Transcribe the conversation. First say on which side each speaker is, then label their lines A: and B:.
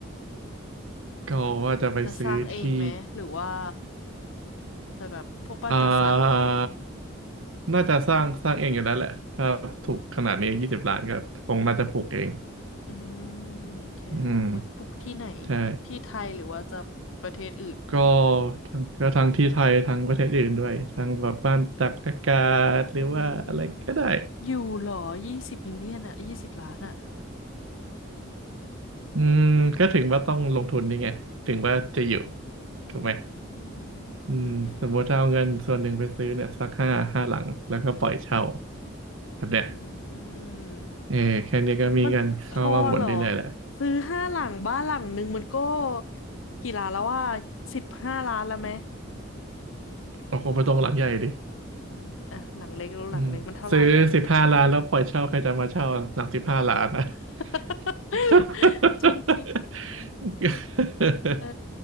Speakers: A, on the right; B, on the left.
A: ก็ว่าจะไปซื้อที่
B: จะสร้างเองไหมหรือว่าจะแบบพวกบ้านจัดสรร
A: อ่าน่าจะสร้างสร้างเองอยู่แล้วแหละถ้าถูกขนาดนี้ยี่สิบล้านก็คงน่าจะปลูกเอง
B: อืมโอเคปลูกปลูกที่ไหน
A: อืมใช่
B: ที่ไทยหรือว่าจะประเทศอื่น
A: ก็ทั้งก็ทั้งที่ไทยทั้งประเทศอื่นด้วยทั้งแบบบ้านตากอากาศหรือว่าอะไรก็ได้
B: อืมอยู่เหรอยี่สิบมิลเลียนอ่ะยี่สิบล้านอ่ะ
A: อืมก็ถึงว่าต้องลงทุนนี่ไงถึงว่าจะอยู่
B: อื
A: ถูกไหม
B: ม
A: อืมสมมติถ้าเอาเงินส่วนหนึ่งไปซื้อเนี่ยสักห้าห้าหลังแล้วก็ปล่อยเช่า
B: โอเค
A: แบบเนี้ย
B: อืม
A: เออแค่นี้ก็มีเงินเข้ามาหมุนได้เลยแหละ
B: มันพอเหรอซื้อห้าหลังบ้านหลังหนึ่งมันก็กี่ล้านแล้วว่าสิบห้าล้านแล้วไหม
A: โอ้โหไปตรงหลังใหญ่ดิ
B: อืมอ่ะหลังเล็กแล้วหลังเล็กมันเท่าไหร่อ่ะเดี๋ยวเนี้ย
A: อืมซื้อสิบห้าล้านแล้วปล่อยเช่าใครจะมาเช่าหลังสิบห้าล้านอ่ะ
B: <laughs>
A: <laughs>
B: จริงจริงจริงเออ